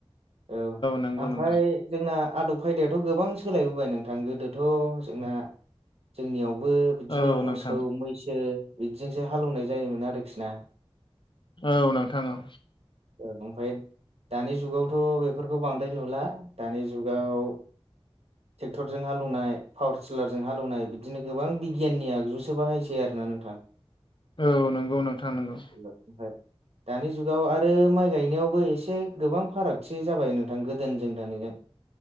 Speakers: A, on the right; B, on the left.
A: औ
B: नंगौ
A: ओमफ्राय
B: नोंथां
A: जोंना आदब खायदायाथ' गोबां सोलायबोबाय नोंथां गोदोथ' जोंना जोंनियावबो बिदिनो
B: औ
A: मोसौ
B: नोंथां
A: मैसो बिदिजोंसो हालौवनाय जायोमोन आरोखि ना।
B: औ नोंथां औ
A: औ ओमफाय दानि जुगावथ' बेफोरखौ बांद्राय नुला दानि जुगाव ट्रेक्टरजों हालौनाय पावार टिलारजों हालौनाय बिदिनो गोबां बिगियाननि आगजुसो बाहायसै आरोना नोंथां। <inaudible>
B: औ नोंगौ नोंथां नोंगौ
A: ओमफ्राय दानि जुगाव आरो माइ गायनायावबो एसे गोबां फारागथि जाबाय नोंथां गोदोजों दानिजों।